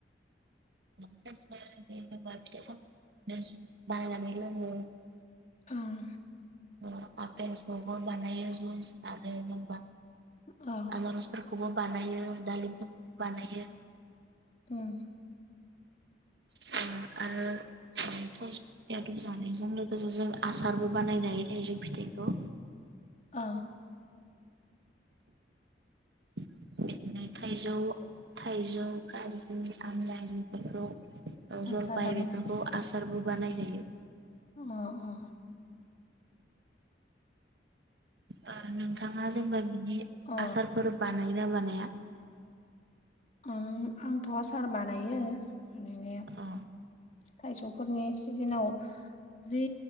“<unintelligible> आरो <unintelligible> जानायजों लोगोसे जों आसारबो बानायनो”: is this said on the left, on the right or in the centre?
Right